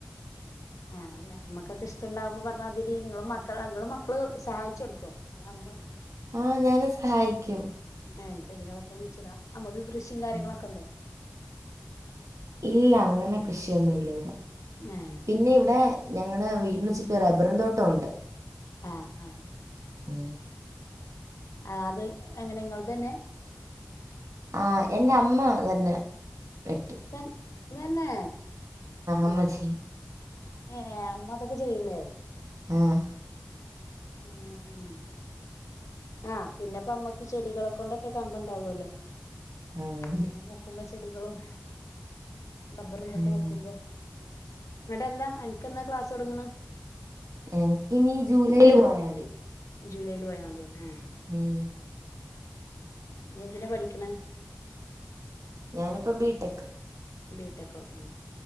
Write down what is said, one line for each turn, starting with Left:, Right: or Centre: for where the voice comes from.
Left: ആഹ് അത് ഞമ്മക്കൊക്കെ ഇഷ്ടണ്ടാകുമ്പൊ പർഞ്ഞാ മതി ടീ ഇങ്ങളും മക്കള് ഇങ്ങളും മക്കള് സഹായിച്ചൊട്ക്കോ അതൊ അമ്മ
Right: ആഹ് ഞാനും സഹായിക്കും
Left: ഏഹ് ചെടികളൊക്കെ കുയ്ച്ചിടാ അമ്മക്ക് കൃഷിം കാര്യങ്ങളൊക്കൊണ്ടോ?
Right: ഉം. ഇല്ല അങ്ങനെ കൃഷിയൊന്നുല്ലവിടെ
Left: ഏ
Right: പിന്നിവിടെ ഞങ്ങടെ വീടിന് ചുറ്റും റബ്ബറും തോട്ടൊണ്ട്
Left: ആഹ് ആഹ്
Right: ആ
Left: ആ അത് എങ്ങനെ ഇങ്ങൾതന്നെ
Right: ആ എന്റമ്മ തന്നെ വെട്ട്
Left: തൻ തന്നെ
Right: അമ്മ
Left: യാ
Right: ചെയ്യും
Left: ഏഹ് അമ്മതൊക്കെ ചെയ്യും ലേ
Right: ആഹ്
Left: ആഹ് ആ പിന്നെപ്പമ്മക്ക് ചെടികളെ കൊണ്ടൊക്കെ കമ്പണ്ടാവോല്ലോ
Right: ആ ഉണ്ട്
Left: അങ്ങനെ നോക്കുമ്പൊ ചെടികളും ടബ്ബറും തൊക്കെ
Right: ഉം.
Left: വെക്കുമ്പൊ അവടെന്നാ അൻക്കെന്നാ ക്ലാസൊട്ങ്ങ്ണ്
Right: എൻകിനി ജൂലൈല് പോയാ മതി
Left: ജൂലൈല് പോയാ മതിയോ ആഹ്
Right: ഉം
Left: എന്തിനാ പഠിക്ക്ണ്?
Right: ഞാനിപ്പം ബി ടെക്
Left: ബി ടെക്കൊ ഉം